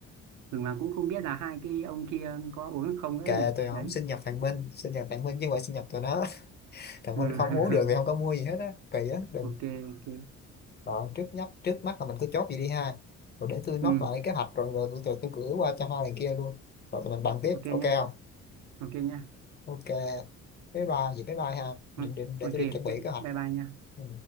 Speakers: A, on the right; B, on the left.
A: ừ, mà cũng không biết là hai cái ông kia có uống không nữa
B: kệ
A: nhỉ
B: tôi không
A: đấy
B: sinh nhật thằng Minh sinh nhật thằng Minh chứ không phải sinh nhật tụi nó còn
A: ừ.
B: mình
A: <laughs>
B: không uống được thì không có mua gì hết á kỳ á đừng
A: ok ok
B: đó, trước nhất trước mắt là mình cứ chốt vậy đi ha rồi để tôi nốt
A: ừ
B: lại kế hoạch rồi rồi tôi, tôi, tôi gửi qua cho hai thằng kia luôn rồi tụi mình bàn tiếp
A: ok
B: ok
A: nhá
B: không
A: ok nhá
B: ok bye bye vậy bye bye ha định
A: ừ,
B: định để
A: ok
B: tôi đi chuẩn bị
A: thế
B: kế hoạch
A: bye bye nha
B: ừ.